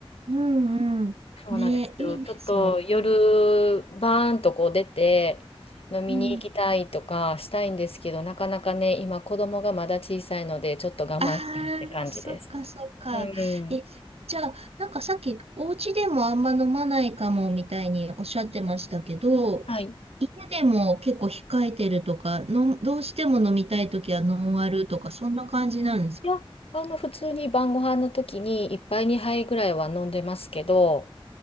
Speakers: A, on the right; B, on the left.
A: うんうん。
B: そうなんですよ。
A: ね、いいですよね。
B: ちょっと夜、バーンとこう出て、飲みに行きたいとかしたいんですけど、
A: うん。
B: なかなかね、今子供がまだ小さいので、ちょっと我慢してるって感じです。
A: ああ、そっかそっか。
B: う
A: え、
B: ん。
A: じゃあ、なんかさっき、お家でもあんま飲まないかもみたいにおっしゃってましたけど、
B: はい。
A: 家でも結構控えてるとか、の、どうしても飲みたいときはノンアルとか、そんな感じなんですか
B: いや、あの、普通に晩ご飯の時に一杯二杯ぐらいは飲んでますけど、